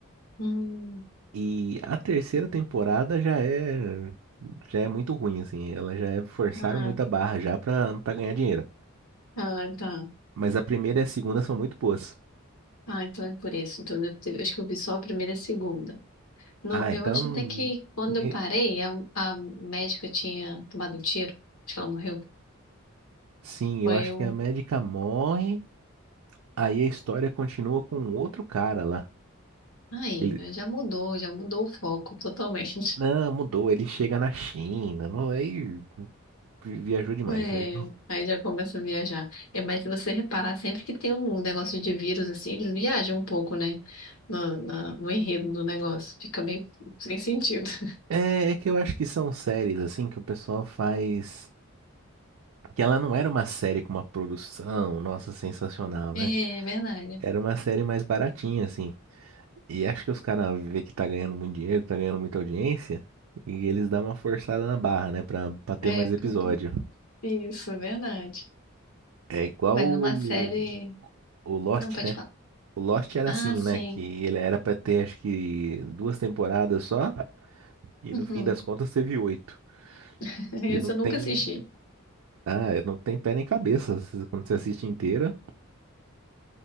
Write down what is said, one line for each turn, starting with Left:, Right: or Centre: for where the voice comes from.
Left: Hum,
Right: E a terceira temporada já é já é muito ruim assim, ela já é forçaram
Left: ah,
Right: muita barra já pra para ganhar dinheiro.
Left: ah, tá.
Right: Mas a primeira e a segunda são muito boas.
Left: Ah, então é por isso. Então, deve ter- acho que eu vi só a primeira e a segunda. No,
Right: Ah,
Left: eu
Right: então
Left: acho até que quando
Right: né,
Left: eu parei, a, a médica tinha tomado um tiro. Acho que ela morreu.
Right: sim,
Left: Foi
Right: eu acho
Left: um
Right: que a médica morre, aí a história continua com outro cara lá.
Left: Aí,
Right: Ele
Left: né, já mudou, já mudou o foco totalmente. <laughs>
Right: não mudou, ele chega na China, não aí vi- viajou demais
Left: É,
Right: aí. Não.
Left: aí já começa a viajar. É, mas se você reparar, sempre que tem um negócio de vírus assim, eles viajam um pouco, né? No, na- no enredo do negócio. Fica meio sem sentido. <laughs>
Right: É, é que eu acho que são séries assim que o pessoal faz que ela não era uma série com uma produção, nossa, sensacional,
Left: É,
Right: né?
Left: verdade.
Right: Era uma série mais baratinha, assim. E acho que os caras vê que tá ganhando muito dinheiro, tá ganhando muita audiência, e eles dão uma forçada na barra, né? Pra, pra ter
Left: É,
Right: mais
Left: porque...
Right: episódio.
Left: Isso, é verdade.
Right: É igual
Left: Mas
Right: o,
Left: uma série.
Right: o Lost,
Left: Não pode
Right: né?
Left: falar.
Right: O Lost era
Left: Ah,
Right: assim,
Left: sim.
Right: né? Que ele era pra ter, acho que, duas temporadas só, e
Left: Uhum.
Right: no fim das contas teve oito.
Left: <laughs> Essa
Right: E não tem.
Left: eu nunca assisti.
Right: Ah, não tem pé nem cabeça. se- Quando você assiste inteira.